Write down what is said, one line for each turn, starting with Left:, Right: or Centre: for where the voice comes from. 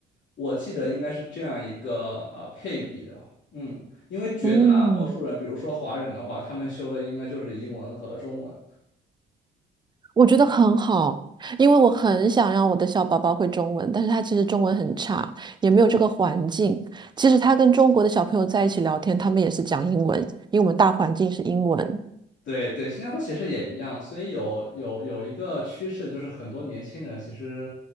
Left: 我记得应该是这样一个呃配比的，嗯，因为绝大多数人，
Right: 嗯，
Left: 比如说华人的话，他们修的应该就是英文和中文。
Right: 我觉得很好，因为我很想让我的小宝宝会中文，但是他其实中文很差，也没有这个环境。其实他跟中国的小朋友在一起聊天，他们也是讲英文，因为我们大环境是英文。
Left: 对对，新加坡其实也一样，所以有有有一个趋势，就是很多年轻人其实